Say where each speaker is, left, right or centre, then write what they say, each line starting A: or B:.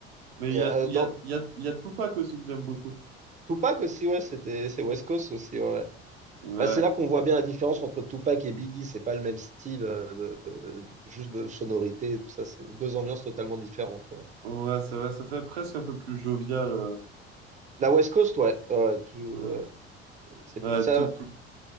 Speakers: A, on the right; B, on the right.
A: Mais
B: Il
A: il
B: y
A: y
B: a,
A: a,
B: euh,
A: il
B: dans...
A: y a, il y a, il y a Tupac aussi que j'aime beaucoup.
B: Tupac aussi, ouais, c'était, c'est West Coast aussi, ouais. ouais.
A: Ouais,
B: Bah, c'est là qu'on voit bien la différence entre Tupac et Biggie. C'est pas le même style, euh, de, euh, juste de sonorité et tout ça. C'est deux ambiances totalement différentes. euh.
A: ouais, c'est vrai, ça fait presque un peu plus jovial. euh,
B: La West Coast, ouais, ouais, ouais, tout,
A: Ouais,
B: ouais, c'est plus
A: Ouais,
B: ça.
A: tout, tout.